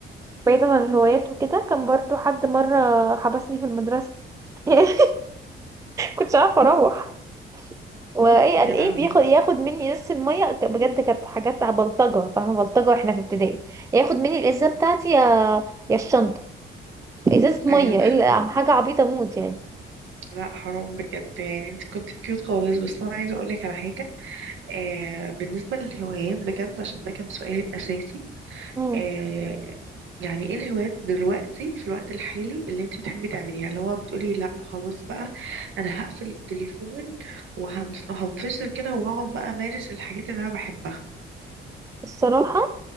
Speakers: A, on the right; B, on the right.
A: بعيدا عن الهوايات وكده كان برضو حد مره حبسني في المدرسه <laughs> كنتش عارفه اروح وايه
B: يا
A: قال ايه
B: لهوي
A: بياخد ياخد مني ازازه الميه ك- بجد كانت حاجات بلطجه فاهمه بلطجه واحنا في ابتدائي ياخد مني الازازه بتاعتي يا يا الشنطه ازازه
B: ايوه
A: ميه ايه
B: بس
A: اللي- حاجه عبيطه موت يعني
B: لا حرام بجد يعني انت كنت كيوت خالص بس انا عايزه اقول لك على حاجه آه بالنسبه للهوايات بجد عشان ده كان سؤال اساسي
A: مم.
B: آه يعني ايه الهوايات دلوقتي في الوقت الحالي اللي انت بتحبي تعمليها اللي هو بتقولي لا خلاص بقى انا هقفل التليفون وهنف- وهنفصل كده وهقعد بقى امارس الحاجات اللي انا بحبها
A: الصراحه